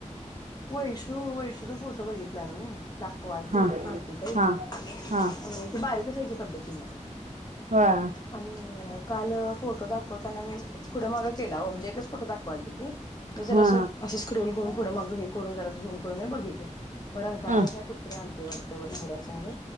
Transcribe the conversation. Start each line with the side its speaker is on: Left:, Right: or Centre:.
Left: वैशू वैशूचा फोटो बघितलान मी दाखवालती
Right: हा
Left: मालती ताई.
Right: हा
Left: हम,
Right: हा
Left: ती बारीकच आय कि, तब्यतीनं.
Right: हा,
Left: आणि कालं फोटो दाखवताना मी पुढं माग केला हो म्हणजे एकच फोटो दाखवालते ती. ''मी
Right: हा
Left: जरा
Right: हा
Left: असं असं स्क्रोल करून पुढं मग हे करून जरासं झूम करून बघितलं. म रंकाळ्याला
Right: हा
Left: काय कुट तरी आलती वाटत व नवऱ्या संंग.